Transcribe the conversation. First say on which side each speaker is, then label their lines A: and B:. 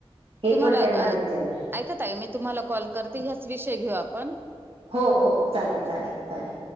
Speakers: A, on the right (about 65°); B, on the right (about 20°).
A: हे
B: तुम्हाला
A: पण त्यांना
B: अ
A: विचारा?
B: ऐका ताई मी तुम्हाला कॉल करते ह्याच विषय घेऊ आपण.
A: हो हो, चालेल
B: हो.
A: चालेल चालेल.